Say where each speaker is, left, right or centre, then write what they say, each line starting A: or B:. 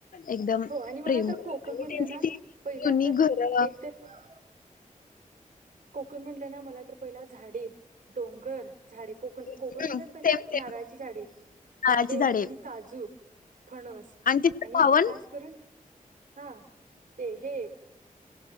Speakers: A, on the left; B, on the right.
A: एकदम
B: हो आणि
A: प्रेमळ
B: मला तर कोकण
A: आणि
B: म्हणलं
A: त्यांची
B: ना
A: ती
B: पहिला
A: जुनी
B: तर
A: घर हम्म
B: एक तर कोकण म्हटलं ना मला तर पहिला झाडी डोंगर झाडे कोकण
A: हम्म
B: कोकण म्हणले
A: सेम
B: कि पहिला
A: सेम
B: नारळाची झाडे, आंबे
A: नारळाची झाडे
B: आणि काजू फणस
A: तिथं
B: आणि
A: पावन
B: खास करून हा ते हे एक